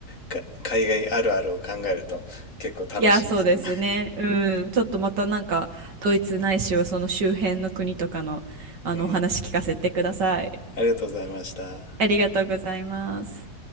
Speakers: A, on the left; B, on the right.
A: か、海外あるあるを考えると結構楽しいですよね。
B: いや、そうですね。うん。ちょっとまたなんか、ドイツないしはその周辺の国とかの、あの、
A: うん。
B: お話聞かせてください。
A: ありがとうございました。
B: ありがとうございます。